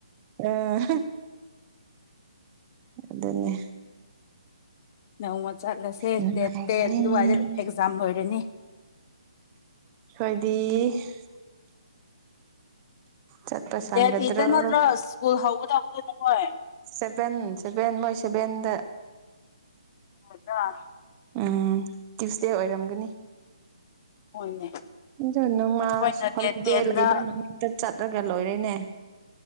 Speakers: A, on the right; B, on the left.
A: ꯑ ꯑꯗꯨꯅꯦ
B: ꯅꯣꯡꯃ ꯆꯠꯂꯁꯦ
A: ꯅꯨꯡꯉꯥꯏꯒꯅꯤ
B: ꯗꯦꯠ ꯇꯦꯟ ꯑꯗꯨꯋꯥꯏꯗ ꯑꯦꯛꯖꯥꯝ ꯂꯣꯏꯔꯅꯤ꯫
A: ꯑꯩꯈꯣꯏꯗꯤ ꯆꯠꯄ ꯁꯪꯒꯗ꯭ꯔꯣ
B: ꯗꯦꯗꯤꯗ ꯅꯠꯇ꯭ꯔꯣ ꯁ꯭ꯀꯨꯜ ꯍꯧꯒꯗꯕꯗꯣ ꯅꯈꯣꯏ
A: ꯁꯕꯦꯟ ꯁꯕꯦꯟ ꯃꯣꯏ ꯁꯕꯦꯟꯗ꯫
B: <unintelligible>
A: ꯎꯝ ꯇ꯭ꯌꯨꯁꯗꯦ ꯑꯣꯏꯔꯝꯒꯅꯤ꯫
B: ꯍꯣꯏꯅꯦ
A: ꯑꯗꯨ ꯅꯃꯥꯁ
B: ꯑꯩꯈꯣꯏꯅ
A: ꯍꯣꯂꯤꯗꯦ
B: ꯗꯦꯠ ꯇꯦꯟꯗ
A: ꯂꯩꯕꯥ ꯅꯨꯃꯤꯠꯇ ꯆꯠꯂꯒ ꯂꯣꯏꯔꯦꯅꯦ꯫